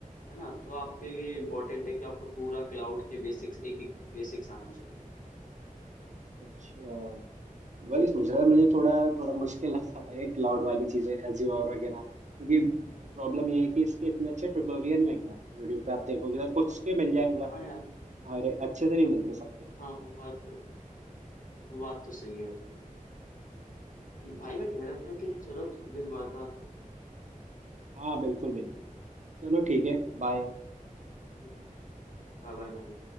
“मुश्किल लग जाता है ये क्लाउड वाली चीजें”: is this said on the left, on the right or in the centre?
Right